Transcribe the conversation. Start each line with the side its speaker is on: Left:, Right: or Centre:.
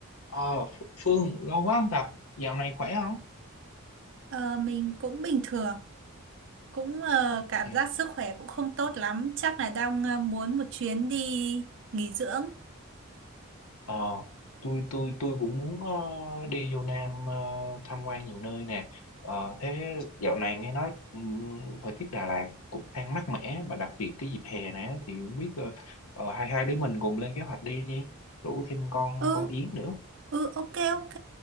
Left: Ờ, Ph- Phương, lâu quá không gặp, dạo này khỏe không?
Right: Ờ, mình cũng bình thường, cũng ờ,
Left: Ok.
Right: cảm giác sức khỏe cũng không tốt lắm, chắc là đang ờ, muốn một chuyến đi nghỉ dưỡng.
Left: Ờ, tôi tôi tôi cũng muốn ờ, đi vô Nam ờ, tham quan nhiều nơi nè. Ờ, thế dạo này nghe nói ừm, thời tiết Đà Lạt cũng đang mát mẻ mà đặc biệt cái dịp hè này á, thì không biết ờ, ờ, hai hai đứa mình cùng lên kế hoạch đi nhé, rủ thêm con
Right: Ừ,
Left: con Yến nữa.
Right: ừ ok ok,